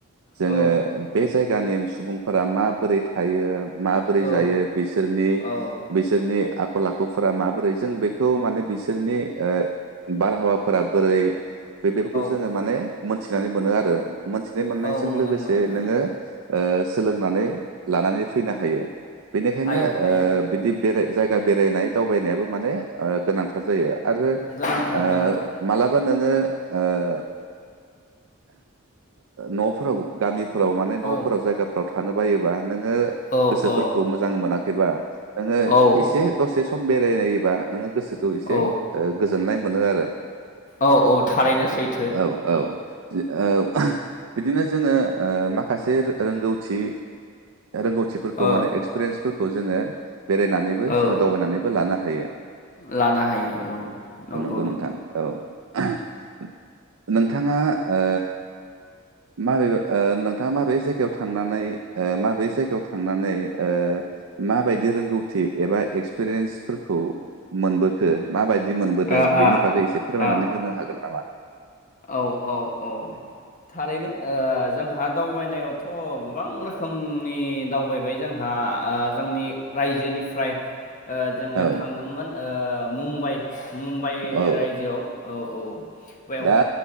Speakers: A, on the right (about 80°); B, on the left (about 40°).
A: जोङो
B: औ
A: बे जायगानि सुबुंफोरा माबोरै थायो। माबोरै
B: औ
A: जायो बिसोरनि
B: औ
A: बिसोरनि आखल आखुफोरा माबोरै जों बेखौ माने बिसोरनि ओ बारहावाफोरा बोरै बे बेफोरखौ जोङो
B: औ
A: माने मोनथिनानै मोनो आरो मोनथि बे मोननायजों
B: औ मोनो
A: लोगोसे
B: मोनो मोनो
A: नोङो ओ सोलोंनानै लानानै फैनो हायो। बेनिखायनो
B: हायो हायो
A: ओ बिदि बेराय जायगा बेरायनाय दावबायनायाबो माने ओ गोनांथार जायो। आरो
B: गोनांथार
A: ओ
B: गोनांथार
A: मालाबा नोङो ओ नफ्राव गामि फोराव माने नफोराव
B: औ
A: जायगाफोराव थानो बायोबा नों ओ
B: औ
A: गोसोफोरखौ
B: औ
A: मोजां मोनाखैबा नोङो
B: औ
A: एसे दसे स खम बेरायलायोबा नोङो गोसोखौ एसे
B: औ
A: ओ गोजोननाय मोनो आरो।
B: औ औ थारैनो सैथो
A: औ औ औ। बिदिनो जोङो ओ माखासे रोंगौथि रोंगौथिफोरखौ
B: ओ
A: माने एक्सपिरियेन्सफोरखौ जोङो बेरायनानैबो
B: औ
A: जोङो दावबायनानैबो लानो हायो।
B: लानो हायो औ नंगौ।
A: नंगौ नोंथां औ नोंथाङा ओ। माबे नोंथाङा माबे ओ जायगायाव थांनानै माबे जायगायाव थांनानै ओ माबायदि रोंगौथि एबा एक्सपिरियेन्सफोरखौ मोनबोखो माबाय दि मोनबोदों
B: ओ
A: बेनि
B: ओ
A: बागै एसे फोरमायनानै
B: ओ
A: होनो हागोन नामा?
B: औ औ औ। थारैनो ओ जोंहा दावबायनायावथ' गोबां रोखोमनि दावबायबाय जोंहा आ आ जोंनि रायजोनिफ्राय ओ जोङो
A: औ
B: थांदोंमोन ओ मुम्बाइ मुम्बाइ
A: औ
B: रायजोयाव औ औ बेव
A: आ